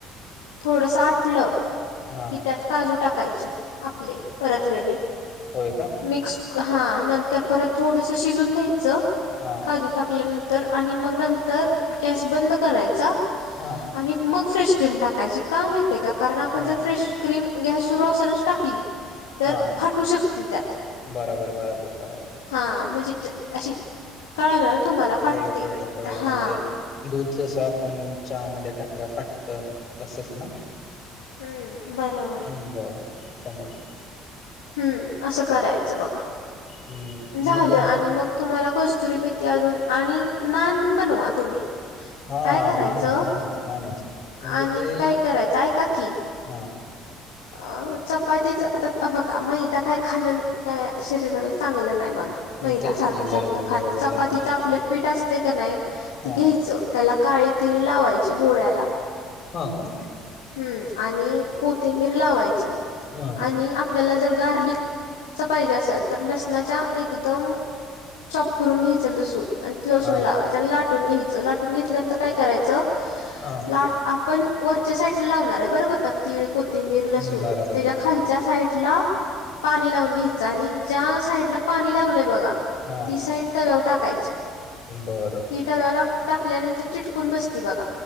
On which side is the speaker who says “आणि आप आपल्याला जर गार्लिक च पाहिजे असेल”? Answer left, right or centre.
Left